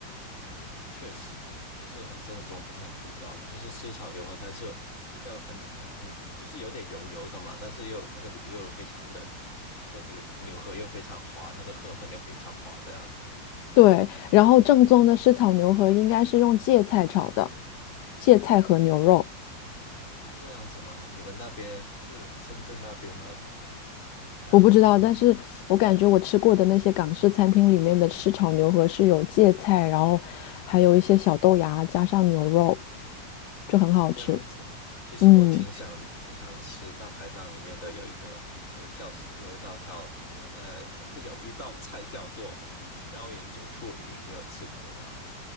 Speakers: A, on the left (about 40°); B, on the left (about 70°).
A: 嗯，确实不是很正宗，不是很地道。就是湿炒牛河，它是要很很很，就是有点油油的嘛，但是又那个牛肉非常嫩，然后个牛河牛河又非常滑，那个河粉又非常滑，这样子。
B: 对，然后正宗的湿炒牛河应该是用芥菜炒的，芥菜和牛肉，
A: 哦，这样子吗？你们那边是深圳那边吗？好像，
B: 我不知道，
A: 嗯，
B: 但是我感觉我吃过的那些港式餐厅里面的湿炒牛河是有芥菜，然后还有一些小豆芽加上牛肉，就很好吃。
A: 哦，这样子。其实我挺想挺想吃大排档里面的有一个有一叫有一道叫有一道
B: 嗯，
A: <laughs> 有一道菜叫做椒盐九兔鱼，你有吃过吗？